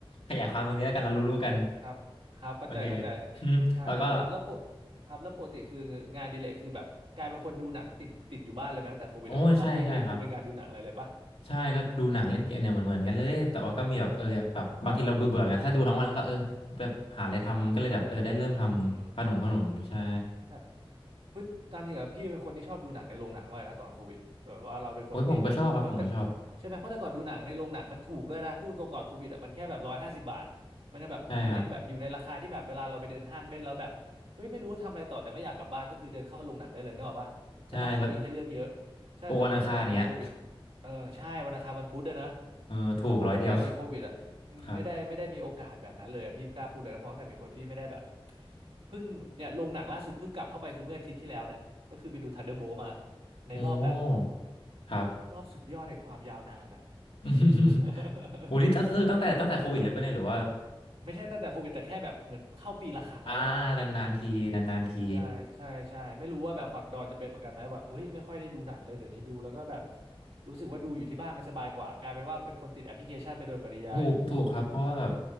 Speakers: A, on the left; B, on the right.
A: ขยายความตรงนี้แล้วกันเรารู้ๆกัน
B: ครับครับเข้าใจเข้าใจ
A: โอเค <laughs>
B: อ่าแล้วโปกแล้วโปะครับแล้วปกติคืองานอดิเลกคือแบบกลายเป็นคนดูหนังติดติดอยู่บ้านเลยไหมตั้งแต่โควิดอะแบบฮอบบี้ตัวเองคือเป็นการดูหนังอะไรเลยปะ
A: แล้วก็โอ้ยใช่ใช่ครับใช่ก็ดูหนังเล่นเกมเนี่ยเหมือนเหมือนกันเลยแต่ว่าก็มีแบบเออแบบบางทีเราเบื่อเบื่อไงถ้าดูทั้งวันแล้วก็เออแบบหาอะไรทำก็เลยแบบเออได้เริ่มทำขนมขนมใช่
B: ครับ อืมอืมอืมอืมถ้าพฤติตามจริงอะพี่เป็นคนที่ชอบดูหนังในโรงหนังมากเลยนะก่อนโควิดแบบว่าเราเป็นคนติดแบบเพราะแต่
A: โอ้ยผมก็ชอบครับผมก็ชอบ
B: ใช่ไหมเพราะแต่ก่อนดูหนังในโรงหนังมันถูกด้วยนะพูดตรงก่อนโควิดอะมันแค่แบบร้อยห้าสิบบาทมันยังแบบมันยังแบบอยู่ในราคาที่แบบเวลาเราไปเดินห้างเล่นแล้วแบบเฮ้ยไม่รู้ว่าทำอะไรต่อแต่ไม่อยากกลับบ้านก็คือเดินเข้าโรงหนังได้เลยเนกอะปะแล้วหนังก็มีให้เลือกเยอะ
A: ใช่ครับใช่แล้ว
B: ใช่แต่พอตั้งแต่มีโควิด
A: โปรวันอังคารอย่างเงี้ย
B: เออใช่วันอังคารวันพุธด้วยนะ
A: เออถูกร้อยเดียว
B: แต่พอตั้งแต่มีโควิดอะ อืมไม่ได้ไม่ได้มีโอกาสแบบนั้นเลยอะพี่กล้าพูดเลยนะเพราะตั้งแต่มีคนพี่ไม่ได้แบบ
A: <laughs> ครับ
B: เพิ่งเนี่ยโรงหนังล่าสุดเพิ่งกลับเข้าไปคือเมื่ออาทิตย์ที่แล้วเนี่ยก็คือไปดู Thunderbolt มาในรอบแบบ
A: โอ้ครับ
B: รอบสุดยอดแห่งความยาวนานอะ <laughs>
A: <laughs> โอ้นี่ก็คือตั้งแต่ตั้งแต่โควิดเลยปะเนี่ยหรือว่า
B: ใช่ไม่ใช่ตั้งแต่โควิดแต่แค่แบบเหมือนเข้าปีละครั้งแล้วอะ
A: อ่านานๆทีนานๆที
B: ใช่ใช่ใช่ไม่รู้ว่าแบบฝั่งดอนจะเป็นเหมือนกันไหมแบบเฮ้ยไม่ค่อยได้ดูหนังเลยเดี๋ยวนี้ดูแล้วก็แบบรู้สึกว่าดูอยู่ที่บ้านมันสบายกว่ากลายเป็นว่าเป็นคนติดแอปพลิเคชันไปโดยปริยาย
A: ถูกถูกครับเพราะว่าแบบ